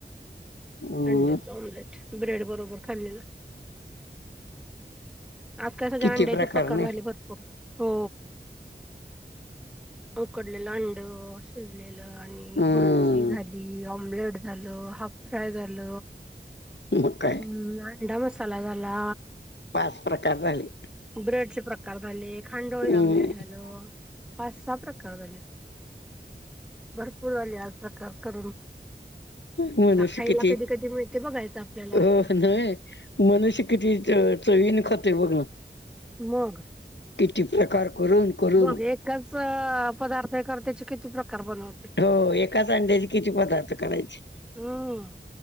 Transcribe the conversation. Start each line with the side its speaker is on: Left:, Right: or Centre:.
Left: हम्म
Centre: अंड्याच ऑमलेट ब्रेड बरोबर खाल्लेलं आज काय सगळे
Left: किती
Centre: अंड्याचे प्रकार
Left: नाही
Centre: झाले भरपूर हो उकडलेलं अंड शिजलेलं आणि
Left: हम्म
Centre: भुर्जी झाली ऑमलेट झालं हा फ्रायल
Left: मग काय
Centre: हम् अडा मसालागला
Left: पाच प्रकार झाले.
Centre: ब्रेड चे प्रकार झाले खांडोळी
Left: हम्म
Centre: आमलेट झालं. पाच सहा प्रकार झाले भरपूर झाले आज प्रकार करून
Left: मनुष
Centre: आता खायला
Left: किती
Centre: कधी कधी मिळते बघायचं आपल्याला
Left: अ नाही मनुष किती चवीन खाते बघण
Centre: मग
Left: इीती प्रकार करून करून
Centre: बघ एकाच पदार्थ त्या किती बनवते.
Left: हो एका अंड्याची किती पदार्थ करायचे.
Centre: हम.